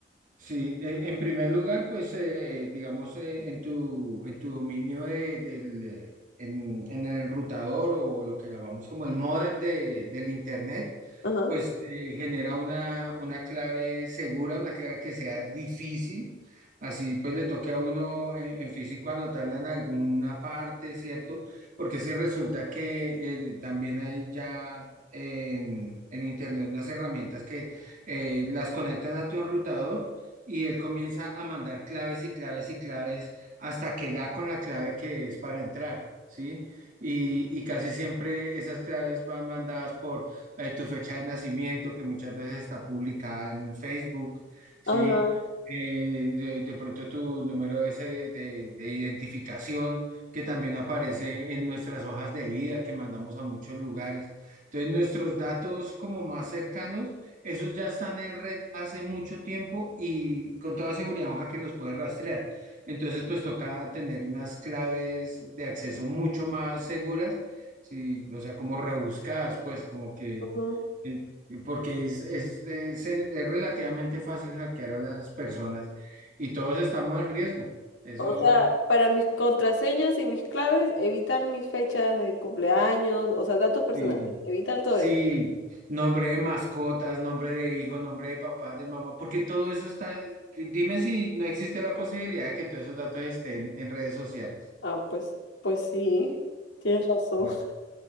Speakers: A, on the right (about 45°); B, on the left (about 85°).
A: Sí, eh, en primer lugar, pues eh, digamos eh, en tu, en tu dominio de- del, eh, en, en el enrutador o lo que llamamos como el módem de, del internet,
B: Ajá.
A: pues eh, genera una, una clave segura, una clave que sea difícil, así pues le toque a uno eh, en físico anotarla en alguna parte, ¿cierto? Porque si resulta que eh, también hay ya en, en internet unas herramientas que eh, las conectan a tu enrutador y él comienza a mandar claves y claves y claves hasta que da con la clave que es para entrar, ¿sí? Y, y casi siempre esas claves van mandadas por eh, tu fecha de nacimiento, que muchas veces está publicada en Facebook, ¿sí?
B: Ajá.
A: Eh, de, de pronto tu número ese de, de identificación, que también aparece en nuestras hojas de vida que mandamos a muchos lugares. Entonces, nuestros datos como más cercanos esos ya están en red hace mucho tiempo y con toda seguridad un hacker los puede rastrear. Entonces, pues toca tener unas claves de acceso mucho más seguras, sí, o sea, como rebuscadas, pues como que,
B: Ajá.
A: eh, porque es, es, es- es relativamente fácil hackear a las personas y todos estamos en riesgo. Eso.
B: O sea, para mis contraseñas y mis claves, evitar mis fechas de cumpleaños, o sea, datos personales,
A: Sí,
B: evitar todo
A: sí,
B: eso.
A: nombre de mascotas, nombre de hijo, nombre de papá, de mamá, porque todo eso está, dime si no existe la posibilidad de que todos esos datos estén en redes sociales.
B: Ah, pues, pues sí, tienes razón.
A: Bueno,
B: <laughs>